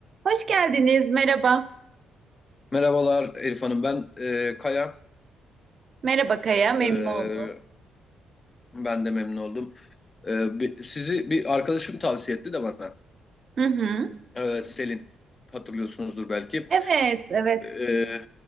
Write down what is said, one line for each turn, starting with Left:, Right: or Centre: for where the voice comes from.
Right: Hoş geldiniz. Merhaba.
Left: Merhabalar Elif Hanım, ben e, Kaya.
Right: Merhaba Kaya. Memnun
Left: E,
Right: oldum.
Left: ben de memnun oldum. E, bi- sizi bir arkadaşım tavsiye etti de bana.
Right: Hı hı.
Left: E, Selin, hatırlıyorsunuzdur belki.
Right: Evet, evet.
Left: E,